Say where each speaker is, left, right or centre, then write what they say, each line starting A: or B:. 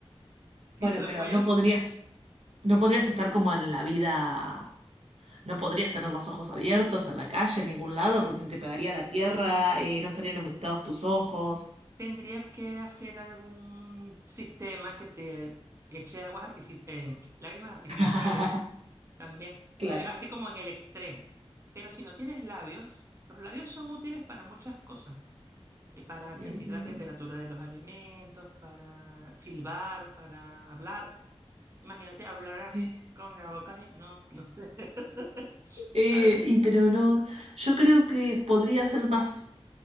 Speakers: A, on the right; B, on the right.
A: y
B: Bueno,
A: te lo
B: pero
A: puedes...
B: no podrías, no podrías estar como en la vida, no podrías tener los ojos abiertos en la calle, en ningún lado, porque se te pegaría la tierra, eh, no estarían humectados tus ojos.
A: Tendrías que hacer algún sistema que te eche aguas artifici- eh, lágrimas artificiales
B: <laughs>
A: también,
B: Claro.
A: eh, así como en el extremo. Pero si no tienes labios, los labios son útiles para muchas cosas, eh, para sentir
B: Mm,
A: la temperatura de los alimentos, para silbar, para hablar. Imagínate hablar
B: Sí.
A: así con
B: <laughs>
A: la boca así, no, no. <laughs>
B: Eh,
A: A ver,
B: y pero no, yo creo que podría ser más.